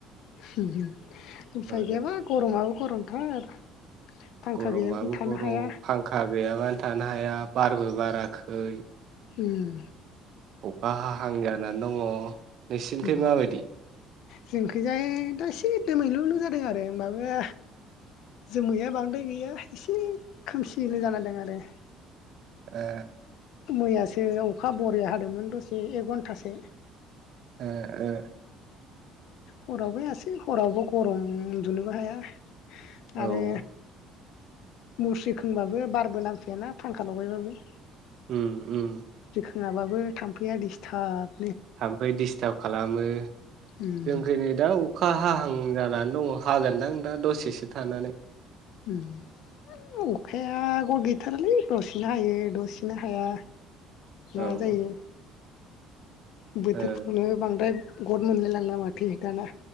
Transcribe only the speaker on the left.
<unintelligible> उफाय
गैयाबा गरमाव गरमथार फांखा
गैयाबानो थानो
हाया
ओम।
उम
जोंखैजाय दा एसे दोमैल'ल' जादों आरो ओमबाबो जोमैया बांद्राय गैया एसे खोमसिल' जाना दों आरो
मैयासो अखा बरिया हादोमोन दसे एक घन्टासो
हरावबो हायासै हरावबो गरम उन्दुनोबो हाया। आरो
मुस्रि खोंबाबो बारबो नांफैयाना फांखा लगायबाबो
नाबाबो थाम्फैया डिस्थार्ब
उम
<unintelligible> अखाया गद थारालै दसेनो हायो दसेनो हाया।
मा जायो? बोथोरफोरनो
बांद्राय गट मोनलायलांना माथो दाना।